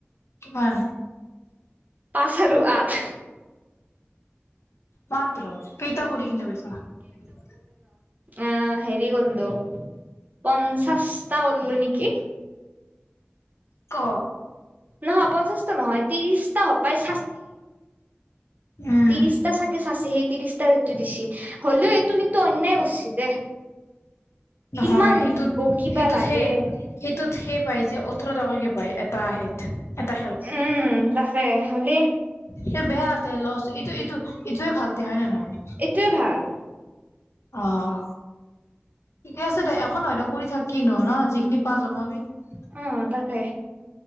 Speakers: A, on the left (about 85°); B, on the right (about 40°).
A: কিমান।
B: পাঁচ আৰু আঠ।
A: মাত্ৰ কেইটা কৰি কিনে পাইছ
B: আহ হেৰি কৰিলো পঞ্চাশটা কৰিলো নেকি।
A: ক
B: নহয় পঞ্চাশটা নহয় ত্ৰিশটা প্ৰায়।
A: উম
B: তিশটা চাগেসাইছে সী ত্ৰিছটাৰ টো দিছি হ'লেও এইটো কিন্তু অন্যায় কৰিছে দে।
A: নহয়
B: কিমান
A: সেইটোত
B: বকিবা
A: সেইটোত
B: লাগে
A: সেই সেই। ত সেই পায় যে ওঠৰ টকাকে পায় এটা হেত এটা
B: উম তাকে হলি।
A: স বেয়াতে লচ ইটো ইটো ইটোৱে ভালতে হয় নে নহয়।
B: এইটোয়ে ভাল
A: আহ। ঠিকে আছে দে একো নহয় তো কৰি থাক কি ন ন যিখিনি পা যমাবি। <unintelligible>
B: অ তাকে।